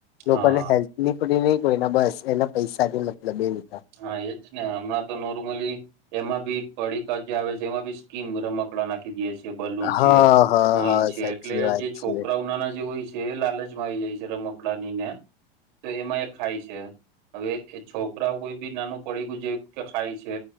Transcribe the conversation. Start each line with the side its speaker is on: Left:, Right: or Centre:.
Left: લોકોને
Right: હા
Left: હેલ્થ ની પડી નહી કોઈના બસ એના પૈસાની મતલબ એ રીત ના
Right: હા એજ ને હમણાં તો નોર્મલી એમાં બી પડીકા જે આવે છે એમાં બી સ્કીમ રમકડા નાખી દે છી બલૂન
Left: હા
Right: છે
Left: હા
Right: કોઈન
Left: હા
Right: છે
Left: સાચી
Right: એટલે
Left: વાત
Right: જે છોકરાઓ
Left: છે
Right: નાના જે છે લાલચ આવી જાય છે રમકડાનીને એમાં એ ખાય છે હવે છોકરાઓ કોઈ બી નાનું પડી ગું જે કે ખાય છે